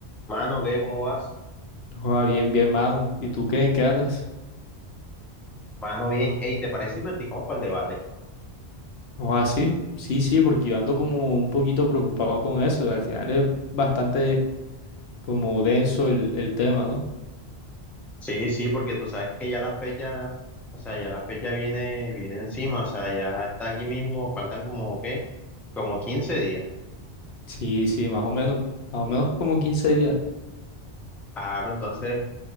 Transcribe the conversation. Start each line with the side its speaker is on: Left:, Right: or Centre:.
Centre: Mano, ¿qué? ¿Cómo vas?
Left: Joda, bien, bien, mano. ¿Y tú qué? ¿En qué andas?
Centre: Mano, bien. Ey, ¿te parece si practicamos para el debate?
Left: Joda, sí. Sí, sí, porque yo ando como un poquito preocupado con eso. Al final es bastante como denso el, el tema, ¿no?
Centre: Sí, sí, porque tú sabes que ya la fecha, o sea, ya la fecha viene, viene encima, o sea, ya está aquí mismo, faltan como, ¿qué? Como 15 días.
Left: Sí, sí, más o menos. Más o menos como 15 días.
Centre: Claro, entonces,